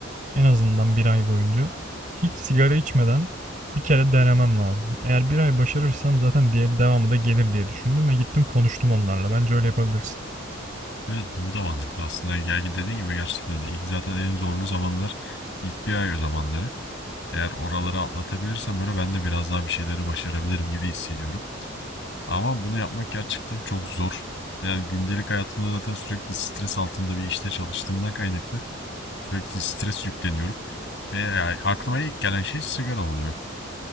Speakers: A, on the right (about 40°); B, on the left (about 65°).
A: en azından bir ay boyunca hiç sigara içmeden bir kere denemem lazım. Eğer bir ay başarırsam zaten diğer devamı da gelir diye düşündüm ve gittim konuştum onlarla. Bence öyle yapabilirsin.
B: Evet bu da mantıklı aslında. Gerçi dediğin gibi gerçekten de ilk zaten en zorlu zamanlar ilk bir ay o zamanları. Eğer oraları atlatabilirsem böyle ben de biraz daha bir şeyleri başarabilirim gibi hissediyorum. Ama bunu yapmak gerçekten çok zor. Yani gündelik hayatımda zaten sürekli stres altında bir işte çalıştığımdan kaynaklı sürekli stres yükleniyorum. Ve yani aklıma ilk gelen şey sigara oluyor.